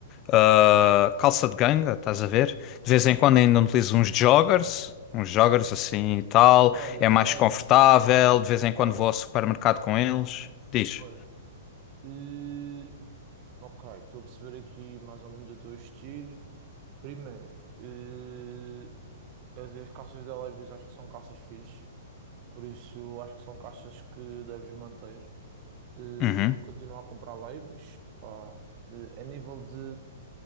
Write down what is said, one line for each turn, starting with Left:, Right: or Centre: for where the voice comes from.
Left: Ah, calça de ganga, estás a ver? De vez em quando
Right: Sim.
Left: ainda utilizo uns joggers, uns
Right: Sim.
Left: joggers assim e tal.
Right: Olha,
Left: É mais
Right: olha,
Left: confortável. De vez em quando
Right: olha,
Left: vou ao supermercado com eles. Diz.
Right: olha. Eh, ok, estou a perceber aqui mais ou menos o teu estilo. Primeiro, eh, as, as calças da Levi's acho que são calças fixe, por isso acho que são calças que deves manter. Eh,
Left: Uhum,
Right: continua a comprar Levi's, pá. De- a nível de